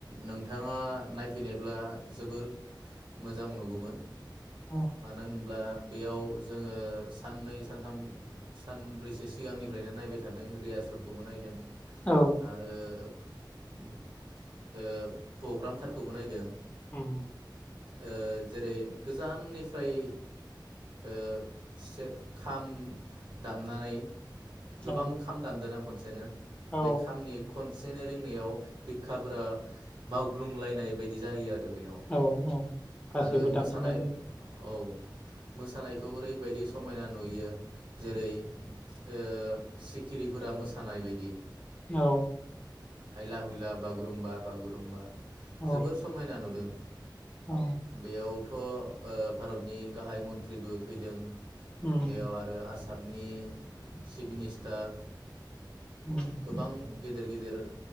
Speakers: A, on the right (about 80°); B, on the left (about 15°).
A: नोंथाङा नायफैनायब्ला जोबोर मोजां नुगौमोन
B: औ
A: मानो होनब्ला बेयाव जोङो साननै सानथाम सानब्रैसो सिगांनिफ्रायनो नायबाय थादों रियासलखौबो नायदों
B: औ
A: आरो ओ पग्रामथारखौबो नायदों
B: उम
A: ओ जेरै गोजाननिफ्राय ओ सेर खाम दामनानै
B: औ
A: गोबां खाम दामदोना खनसेनो
B: औ
A: बे खामनि खनसे फोयनो रिंनायाव बिखाफोरा मावग्लुंलायनाय बायदि जायो आरो बेयाव
B: औ औ गासैबो
A: आरो मोसानाय
B: दामजोबनाय जायो
A: औ मोसानायखौ ओरैबायदि समायना नुयो जेरै ओ सिखिरिफोरा मोसानाय बायदि
B: औ
A: हायला हुइला बागुरुम्बा बागुरुम्बा जोबोर
B: औ
A: समायना नुदों
B: औ
A: बेयावथ' ओ भारतनि गाहाय मन्त्रिबो फैदों
B: उम
A: बेयाव आरो आसामनि चिफ मिनिस्टार
B: उम
A: गोबां गे गिदिर गिदिर